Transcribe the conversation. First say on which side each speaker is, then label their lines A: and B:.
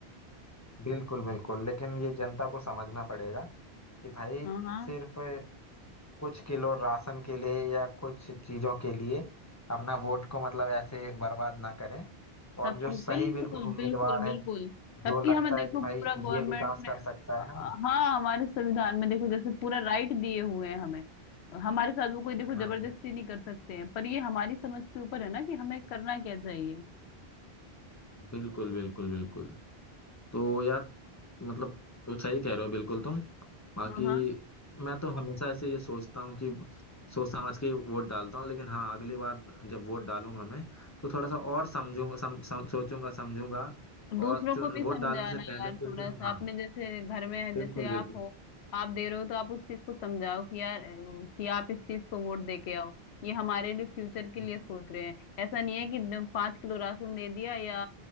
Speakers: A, on the left (about 20°); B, on the left (about 80°).
A: बिल्कुल बिल्कुल लेकिन ये जनता को समझना पड़ेगा कि भाई
B: हाँ हाँ
A: सिर्फ कुछ किलो राशन के लिए या कुछ चीजों के लिए अपना वोट को मतलब ऐसे बर्बाद ना करें
B: सबकी
A: और जो सही
B: बिल्कुल
A: बिल्कुल उम्मीदवार
B: बिल्कुल बिल्कुल
A: है जो
B: सबकी
A: लगता
B: हमें देखो
A: है कि
B: पूरा
A: भाई
B: गवर्नमेंट
A: ये विकास
B: ने
A: कर सकता है है ना
B: हाँ हमारे संविधान में देखो जैसे पूरा राइट दिए हुए हैं हमें हमारे साथ वो कोई देखो
A: हाँ
B: जबरदस्ती नहीं कर सकते हैं पर ये हमारी समझ के ऊपर है ना कि हमें करना क्या चाहिए
A: बिल्कुल बिल्कुल बिल्कुल तो यार मतलब तो सही कह रहे हो बिल्कुल तुम बाकी
B: हाँ हाँ।
A: मैं तो हमेशा ऐसे ये सोचता हूँ कि सोच समझ के वोट डालता हूँ लेकिन हाँ अगली बार जब वोट डालूंगा मैं तो थोड़ा सा और समझूंगा सम, सम, सोचूंगा समझूंगा
B: दूसरों
A: और चु-
B: को भी
A: वोट
B: समझाना
A: डालने से पहले
B: यार
A: कुछ
B: थोड़ा
A: दिन
B: सा
A: हाँ
B: अपने जैसे घर में है
A: बिल्कुल
B: जैसे
A: बिल्कुल
B: आप हो आप दे रहे हो तो आप उस चीज को समझाओ कि यार अम, कि आप इस चीज को वोट दे के आओ ये हमारे लिए फ्यूचर के
A: हम्म
B: लिए सोच रहे हैं ऐसा नहीं है कि द- पाँच किलो राशन दे दिया या